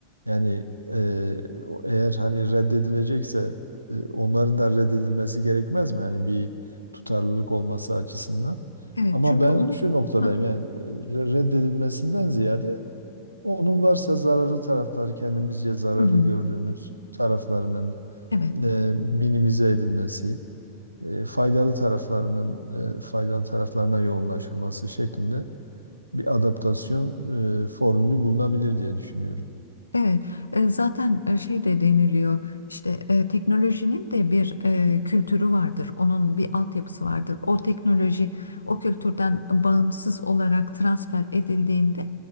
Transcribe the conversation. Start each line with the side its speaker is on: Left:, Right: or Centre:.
Right: Yani e, o- eğer hani reddedilecekse e, onların da reddedilmesi gerekmez mi? Yani bir tutarlılık olması açısından.
Left: evet.
Right: Ama
Left: Çünkü
Right: ben
Left: onun...
Right: şu noktadayım
Left: Hı hı,
Right: yani e, re- reddedilmesinden ziyade onun varsa zararlı tarafları kendimizce zararlı
Left: hı hı,
Right: gördüğümüz taraflarının
Left: Evet.
Right: e, minimize edilmesi, e, faydalı taraflarının e, faydalı taraflarına yoğunlaşılması şeklinde bir adaptasyon e, formülü bulunabilir diye düşünüyorum.
Left: Evet, e, zaten e, şey de deniliyor işte e, teknolojinin de bir e, kültürü vardır, onun bir altyapısı vardır. O teknoloji o kültürden bağımsız olarak transfer edildiğinde